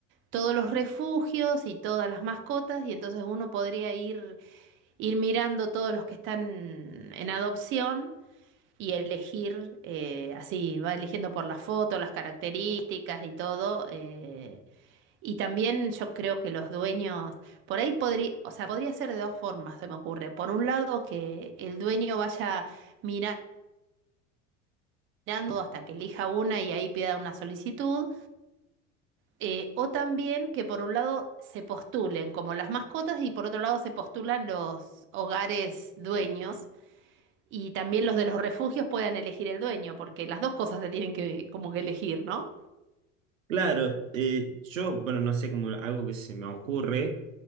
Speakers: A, on the right; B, on the right.
A: todos los refugios y todas las mascotas y entonces uno podría ir, ir mirando todos los que están en adopción. y elegir, eh, así, va eligiendo por las fotos, las características y todo. eh, y también yo creo que los dueños, por ahí podría, o sea, podría ser de dos formas, se me ocurre. Por un lado, que el dueño vaya mira- mirando hasta que elija una y ahí pida una solicitud. eh, o también que por un lado se postulen como las mascotas y por otro lado se postulan los hogares dueños Y también los de los refugios puedan elegir el dueño, porque las dos cosas se tienen que como que elegir, ¿no?
B: Claro, eh, yo, bueno, no sé, como algo que se me ocurre